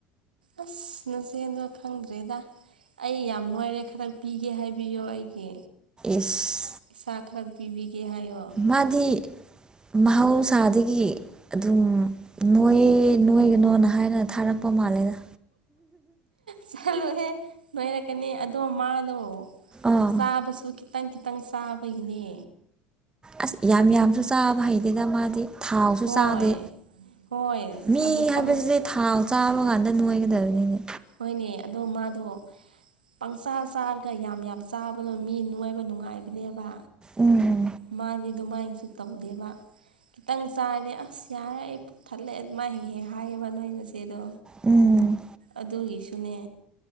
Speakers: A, on the right; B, on the right.
A: ꯑꯁ ꯅꯆꯦꯗꯣ ꯈꯪꯗ꯭ꯔꯦꯗ ꯑꯩ ꯌꯥꯝ ꯅꯣꯏꯔꯦ ꯈꯔ ꯄꯤꯒꯦ ꯍꯥꯏꯕꯤꯌꯣ ꯑꯩꯒꯤ
B: ꯏꯁ
A: ꯏꯁꯥ ꯈꯔ ꯄꯤꯕꯤꯒꯦ ꯍꯥꯏꯌꯣ
B: ꯃꯥꯗꯤ ꯃꯍꯧꯁꯥꯗꯒꯤ ꯑꯗꯨꯝ ꯅꯣꯏ ꯅꯣꯏꯒꯅꯣꯅ ꯍꯥꯏꯔ ꯊꯥꯔꯛꯄ ꯃꯥꯂꯦꯗ
A: ꯆꯂꯣꯍꯦ ꯅꯣꯏꯔꯛꯀꯅꯤ ꯑꯗꯣ ꯃꯥꯗꯣ
B: ꯑꯥ
A: ꯆꯥꯕꯁꯨ ꯈꯤꯇꯪ ꯈꯤꯇꯪ ꯆꯥꯕꯒꯤꯅꯦ
B: ꯑꯁ ꯌꯥꯝ ꯌꯥꯝꯖꯨ ꯆꯥꯕ ꯍꯩꯇꯦꯗ ꯃꯥꯗꯤ ꯊꯥꯎꯁꯨ
A: ꯍꯣꯏ
B: ꯆꯥꯗꯦ
A: ꯍꯣꯏ
B: ꯃꯤ
A: ꯑꯗꯨ
B: ꯍꯥꯏꯕꯖꯤ
A: ꯄꯪ
B: ꯊꯥꯎ ꯆꯥꯕ ꯀꯥꯟꯗ ꯅꯣꯏꯒꯗꯕꯅꯤꯅꯦ
A: ꯍꯣꯏꯅꯦ ꯑꯗꯣ ꯃꯥꯗꯣ ꯄꯪꯆꯥ ꯆꯥꯔꯒ ꯌꯥꯝ ꯌꯥꯝ ꯆꯥꯕꯅꯣ ꯃꯤ ꯅꯣꯏꯕ ꯅꯨꯡꯉꯥꯏꯕꯅꯦꯕ
B: ꯎꯝ
A: ꯃꯥꯗꯤ ꯑꯗꯨꯃꯥꯏꯟꯁꯨ ꯇꯕꯨꯗꯦꯕ ꯈꯤꯇꯪ ꯆꯥꯔꯅꯤ ꯑꯁ ꯌꯥꯔꯦ ꯑꯩ ꯄꯨꯛ ꯊꯜꯂꯦ ꯑꯗꯨꯃꯥꯥꯏ ꯍꯦꯍꯦꯛ ꯍꯥꯏꯌꯦꯕ ꯅꯣꯏꯅꯆꯦꯗꯣ
B: ꯎꯝ
A: ꯑꯗꯨꯒꯤꯁꯨꯅꯦ